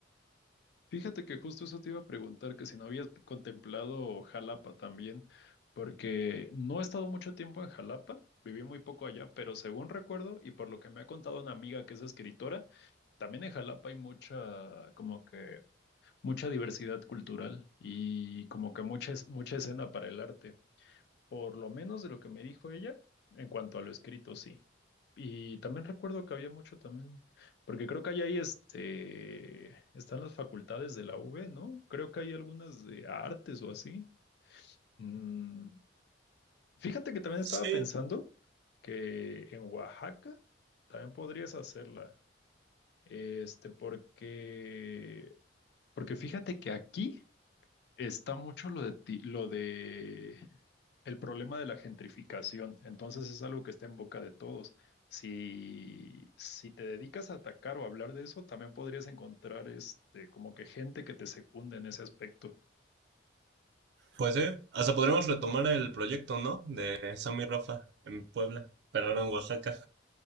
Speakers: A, on the left (about 55°); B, on the right (about 60°).
A: Fíjate que justo eso te iba a preguntar, que si no habías contemplado Jalapa también, porque no he estado mucho tiempo en Jalapa, viví muy poco allá, pero según recuerdo y por lo que me ha contado una amiga que es escritora, También en Jalapa hay mucha, como que, mucha diversidad cultural y como que mucha, es- mucha escena para el arte, por lo menos de lo que me dijo ella, en cuanto a lo escrito, sí. Y también recuerdo que había mucho también, porque creo que hay ahí este, están las facultades de la UV, ¿no? Creo que hay algunas de artes o así. Mm, Fíjate que también estaba
B: Sí,
A: pensando que en Oaxaca también podrías hacerla. Este, porque Porque fíjate que aquí está mucho lo de ti- lo de el problema de la gentrificación. Entonces es algo que está en boca de todos. Si, si te dedicas a atacar o hablar de eso, también podrías encontrar este como que gente que te secunde en ese aspecto.
B: Pues sí, hasta podremos retomar el proyecto, ¿no? De Sammy y Rafa en Puebla, pero ahora en Oaxaca.